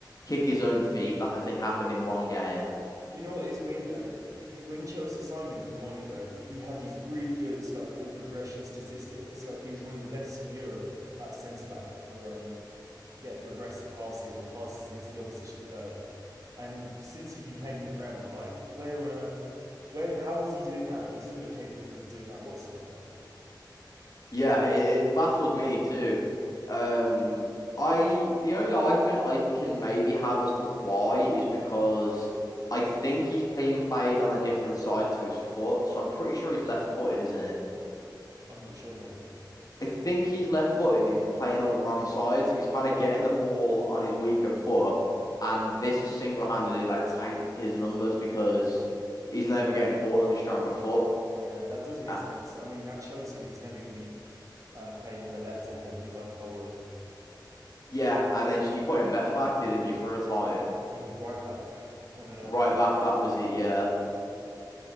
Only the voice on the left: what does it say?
kick his own feet like I think happened in one game.
Yeah, it, it's baffled me too. Um, I the only argument I can maybe have as to why is because I think he's being played on a different side to his foot, so I'm pretty sure he's left-footed, isn't he?
I think he's left footed and he's been playing on the wrong side, so he's kind of getting the ball on his weaker foot, and this has single handedly like tanked his numbers because he's never getting the ball on his stronger foot.
Uh,
yeah, and then you put him left back, didn't you, for a time?
Right back, that was it. Yeah,